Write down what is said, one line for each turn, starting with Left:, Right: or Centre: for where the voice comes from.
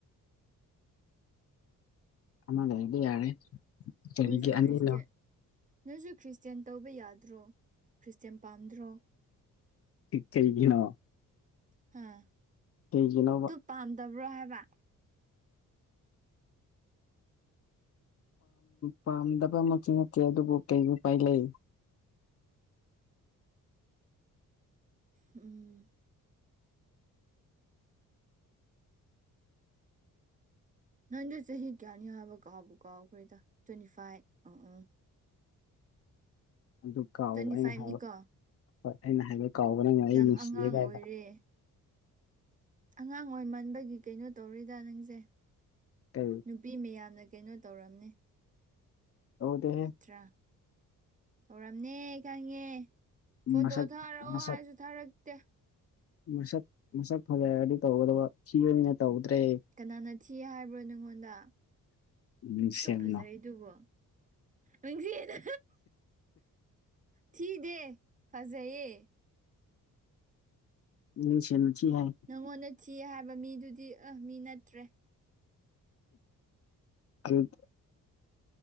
Left: ꯑꯃꯅꯦꯗꯤ ꯌꯥꯔꯦ ꯀꯔꯤꯒꯤ
Right: ꯅꯣꯏꯁꯨ
Left: ꯑꯅꯤꯅꯣ
Right: ꯈ꯭ꯔꯤꯁꯇꯦꯟ ꯅꯣꯏꯁꯨ ꯈ꯭ꯔꯤꯁꯇꯦꯟ ꯇꯧꯕ ꯌꯥꯗ꯭ꯔꯣ ꯈ꯭ꯔꯤꯁꯇꯦꯟ ꯄꯥꯝꯗ꯭ꯔꯣ
Left: ꯄ ꯆꯒꯤꯅꯣ
Right: ꯍꯥꯝ
Left: ꯀꯩꯒꯤꯅꯧꯕ
Right: ꯄꯥꯝꯗꯕ꯭ꯔꯣ ꯍꯥꯏꯕ
Left: ꯄꯥꯝꯗꯕ ꯑꯃꯁꯁꯨ ꯅꯠꯇꯦ ꯑꯗꯨꯕꯨ ꯀꯩ ꯎꯄꯥꯏ ꯂꯩ
Right: ꯎꯝ ꯅꯪꯗꯣ ꯆꯍꯤ ꯀꯌꯥꯅꯤꯣ ꯍꯥꯏꯕ ꯀꯥꯎꯕ ꯀꯥꯎꯈ꯭ꯔꯦꯗ ꯇ꯭ꯋꯦꯟꯇꯤ ꯐꯥꯏꯚ ꯑ ꯎꯝ
Left: ꯑꯗꯨ ꯀꯥꯎꯑꯣꯕ
Right: ꯇ꯭ꯋꯦꯟꯇꯤ ꯐꯥꯏꯚꯅꯤꯀꯣ
Left: ꯑꯩꯅ ꯍꯥꯏꯕ ꯍꯣꯏ ꯑꯩꯅ ꯍꯥꯏꯕ ꯀꯥꯎꯕꯅꯉ ꯑꯩ
Right: ꯌꯥꯝ
Left: ꯅꯨꯡꯁꯤꯗꯦ
Right: ꯑꯉꯥꯡ
Left: ꯀꯥꯏꯅ
Right: ꯑꯣꯏꯔꯦ ꯑꯉꯥꯡ ꯑꯣꯏ ꯃꯟꯕꯒꯤ ꯀꯩꯅꯣ ꯇꯧꯔꯤꯗ ꯅꯪꯁꯦ
Left: ꯇ
Right: ꯅꯨꯄꯤ ꯃꯌꯥꯝꯅ ꯀꯩꯅꯣ ꯇꯧꯔꯝꯅꯦ
Left: ꯍꯗ
Right: ꯅꯠꯇ꯭ꯔꯥ ꯇꯧꯔꯝꯅꯦ ꯈꯪꯉꯦ ꯐꯣꯇꯣ
Left: ꯃꯁꯛ
Right: ꯊꯥꯔꯛꯑꯣ
Left: ꯃꯁꯛ
Right: ꯍꯥꯏꯁꯨ ꯊꯥꯔꯛꯇꯦ
Left: ꯃꯁꯛ ꯃꯁꯛ ꯐꯖꯔꯗꯤ ꯇꯧꯒꯗꯕ ꯊꯤꯅꯤ ꯑꯣꯏꯅ ꯇꯧꯗ꯭ꯔꯦ
Right: ꯀꯅꯥꯅ ꯊꯤ ꯍꯥꯏꯕ꯭ꯔꯣ ꯅꯪꯉꯣꯟꯗ
Left: ꯃꯤꯡꯁꯦꯜꯅ
Right: ꯑꯗꯨ ꯐꯖꯩꯗꯨꯕꯣ ꯅꯪꯁꯤꯅ ꯊꯤꯗꯦ ꯐꯖꯩꯌꯦ
Left: ꯅꯤꯡꯁ ꯅꯨꯡꯁꯤ ꯍꯥꯏ
Right: ꯅꯪꯉꯣꯟꯗ ꯆꯤ ꯍꯥꯏꯕ ꯃꯤꯗꯨꯗꯤ ꯑ ꯃꯤ ꯅꯠꯇ꯭ꯔꯦ
Left: ꯎꯝ